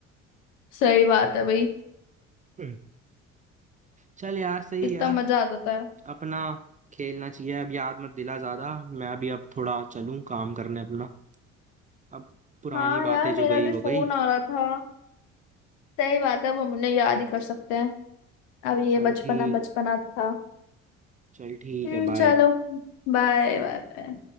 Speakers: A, on the left; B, on the right.
A: सही बात है भाई
B: हम्म, चल यार सही
A: कितना
B: है
A: मजा आता था
B: अपना खेलना चाहिए अब याद मत दिला ज्यादा मैं भी अब थोड़ा चलूं काम करने अपना अब पुरानी
A: हाँ
B: बातें
A: यार
B: जो
A: मेरा
B: गई
A: भी
B: वो
A: फोन
B: गई
A: आ रहा था सही बात है अब हम उन्हें याद ही कर सकते हैं अब ये
B: चल
A: बचपना
B: ठीक
A: बचपना था
B: चल ठीक
A: हम्म
B: है बाय
A: चलो Bye bye bye